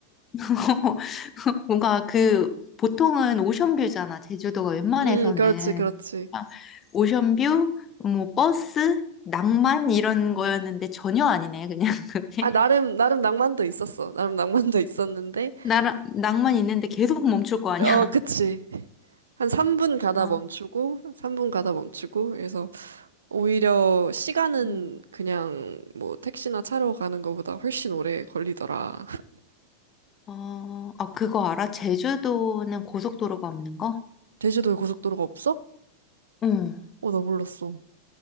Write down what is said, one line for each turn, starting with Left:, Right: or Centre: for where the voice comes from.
Left: <laughs> 뭔가 그, 보통은 오션뷰잖아. 제주도가 웬만해서는.
Right: 응, 그렇지, 그렇지.
Left: 아, 오션뷰, 뭐, 버스, 낭만 이런 거였는데 전혀 아니네. 그냥 <laughs> 그게.
Right: 아, 나름, 나름 낭만도 있었어. 나름 낭만도 있었는데,
Left: 나랑, 낭만 있는데 계속 멈출 거 아니야.
Right: 어, 그치. 한 3분 가다
Left: 어,
Right: 멈추고, 3분 가다 멈추고, 그래서 오히려 시간은
Left: 음.
Right: 그냥 뭐 택시나 차로 가는 것보다 훨씬 오래 걸리더라. <laughs>
Left: 어, 아, 그거 알아? 제주도는 고속도로가 없는 거?
Right: 제주도에 고속도로가 없어?
Left: 응.
Right: 어, 나 몰랐어.